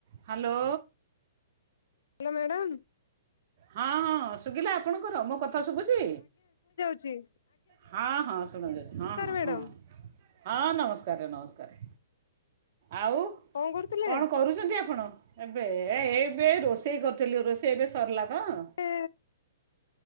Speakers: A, on the right; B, on the left.
A: ହ୍ୟାଲୋ।
B: ମ୍ୟାଡ଼ାମ।
A: ହଁ ହଁ ଶୁ ଶୁବିଲା ଆପଣଙ୍କର ମୋ କଥା ଶୁଭୁଛି।
B: ଛି।
A: ହଁ ହଁ ଶୁଣା ଯାଉଛି ହଁ ହଁ
B: ମ୍ୟାଡାମ
A: ହଁ ହଁ ନମସ୍କାର ନମସ୍କା କାରେ। ଆଉ
B: କଣ କରୁଥିଲେ?
A: କଣ କରୁଛନ୍ତି ଆପଣ। ଏବେ ଏ ଏ ଏବେ ରୋଷେଇ କରିୁଥିଲୁ ରୋଷେଇ ଏବେ ସରିଲା। ହଁ।
B: ଏ